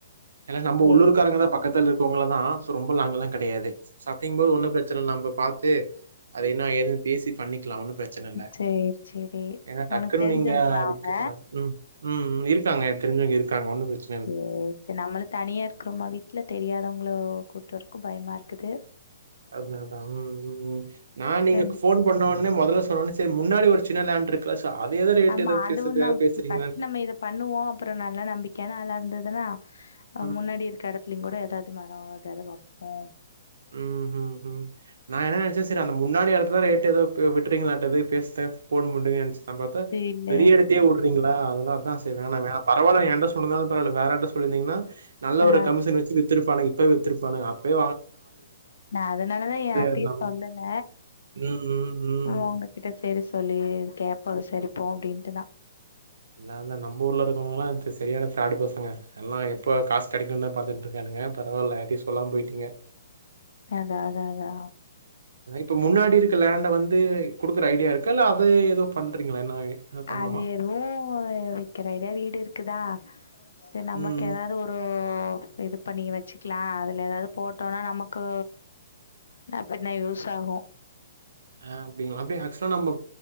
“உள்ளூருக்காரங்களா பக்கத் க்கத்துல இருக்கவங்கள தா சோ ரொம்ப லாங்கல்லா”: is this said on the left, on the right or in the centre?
Right